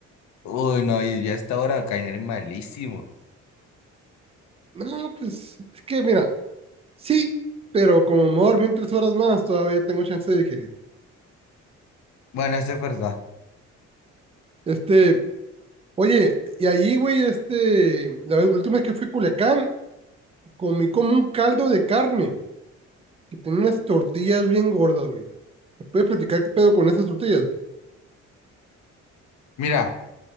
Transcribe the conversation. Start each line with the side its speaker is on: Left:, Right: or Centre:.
Left: Uy, no, y ya a esta hora caeré malísimo.
Right: No, pues, es que mira, sí, pero como me voy a dormir tres horas más, todavía tengo chance de digerir.
Left: Bueno, eso es verdad.
Right: Este, oye, y allí, güey, este, la vez- la última vez que fui a Culiacán, comí como un caldo de carne que tenía unas tortillas bien gordas, güey. ¿Me puedes platicar qué pedo con esas tortillas?
Left: Mira.